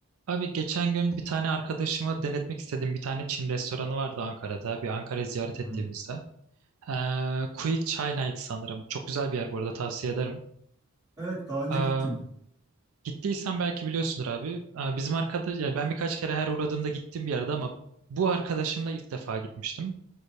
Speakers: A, on the right; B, on the right.
A: Abi geçen gün bir tane arkadaşıma denetmek istediğim bir tane Çin restoranı vardı Ankara'da. Bir Ankara'yı ziyaret
B: Hı.
A: ettiğimizde. Ee, Quick China'ydı sanırım. Çok güzel bir yer bu arada tavsiye ederim.
B: Evet daha önce
A: Ee,
B: gittim.
A: gittiysen belki biliyorsundur abi. Ee, bizim arkadaş, yani ben birkaç kere her uğradığımda gittiğim bir yerde ama bu arkadaşımla ilk defa gitmiştim.